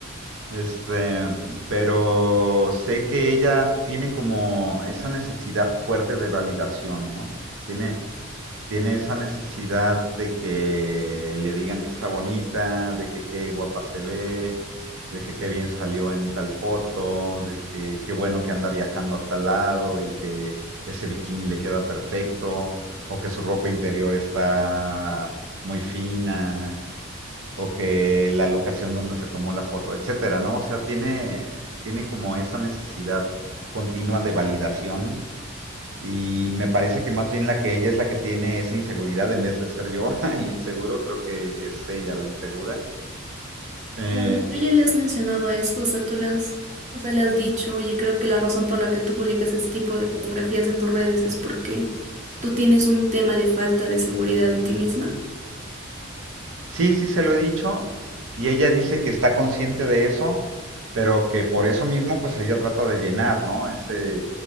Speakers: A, on the right; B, on the right.
A: Este, pero sé que ella tiene como esa necesidad fuerte de validación, ¿no? Tiene, tiene esa necesidad de que le digan que está bonita, de que qué guapa se ve, de que qué bien salió en tal foto, de que qué bueno que anda viajando a tal lado y que ese bikini le queda perfecto, o que su ropa interior está muy fina, o que la locación donde se tomó la foto, etcétera, ¿no? O sea, tiene, tiene como esa necesidad continua de validación y me parece que más bien la que ella es la que tiene esa inseguridad en vez de ser yo <laughs> el inseguro, creo que es ella la insegura. Eh,
B: Claro, y tú ya le has mencionado esto, o sea, tú le has, o sea, le has dicho, oye, creo que la razón por la que tú publicas este tipo de fotografías en tus redes es porque tú tienes un tema de falta de seguridad en ti misma.
A: sí, sí se lo he dicho y ella dice que está consciente de eso, pero que por eso mismo pues ella trata de llenar, ¿no? Ese,